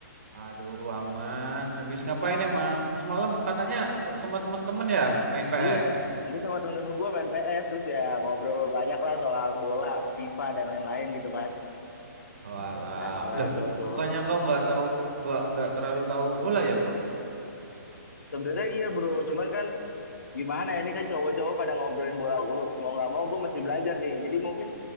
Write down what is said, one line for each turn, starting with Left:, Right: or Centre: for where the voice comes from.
Right: Aduh, aman. Habis ngapain emang? Semalam katanya tuh sama temen-temen ya main PS.
Left: Iya, gue sama temen-temen gue main PS, terus ya ngobrol banyak lah soal bola, FIFA, dan lain-lain gitu kan.
Right: Oh, alah.
Left: Nah, soal
Right: Loh,
Left: cowok-cowok.
Right: bukannya kau nggak tahu nggak nggak terlalu tahu bola ya, Bro?
Left: Sebenarnya iya bro, cuman kan gimana ya, ini kan cowok-cowok pada ngobrolin bola gue. Mau nggak mau gue mesti belajar nih, jadi mungkin